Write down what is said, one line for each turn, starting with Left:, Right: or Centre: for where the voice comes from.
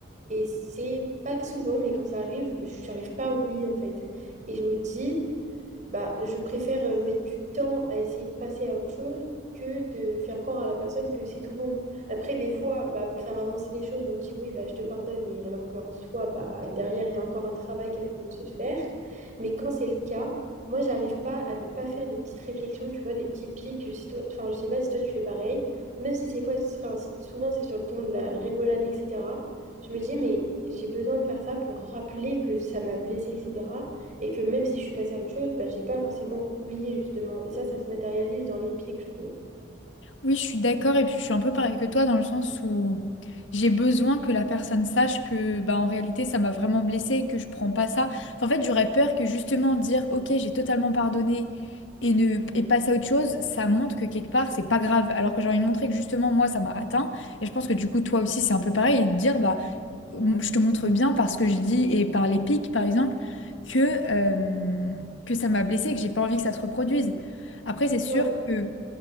Right: Et c'est pas souvent, mais quand ça arrive, j'arrive pas à oublier, en fait. Et je me dis, bah, je préfère euh, mettre du temps à essayer de passer à autre chose que de faire croire à la personne que c'est tout bon. Après, des fois, bah, pour faire avancer les choses, on me dit oui, bah, je te pardonne, et alors qu'en soi, bah, derrière, il y a encore un travail qui a besoin de se faire. Mais quand c'est le cas, moi, j'arrive pas à ne pas faire des petites réflexions, tu vois, des petits pics. Je sais, toi- enfin, je sais pas si toi, tu fais pareil. Même si ces fois, enfin, si- souvent, c'est sur le ton de la rigolade, etc. Je me dis, mais j'ai besoin de faire ça pour rappeler que ça m'a blessée, etc. Et que même si je suis passée à autre chose, bah, j'ai pas forcément oublié justement. Et ça, ça se matérialise dans les pics je trouve.
Left: Oui, je suis d'accord et puis je suis un peu pareil que toi dans le sens où j'ai besoin que la personne sache que bah en réalité ça m'a vraiment blessée et que je prends pas ça. Enfin, en fait, j'aurais peur que justement dire OK, j'ai totalement pardonné et ne et passer à autre chose, ça montre que quelque part c'est pas grave alors que j'ai envie de montrer que justement moi ça m'a atteint et je pense que du coup toi aussi c'est un peu pareil et de dire bah «Hum, je te montre bien parce que je dis et par les pics par exemple que euh, que ça m'a blessée et que j'ai pas envie que ça se reproduise. Après, c'est sûr
Right: Ouais.
Left: que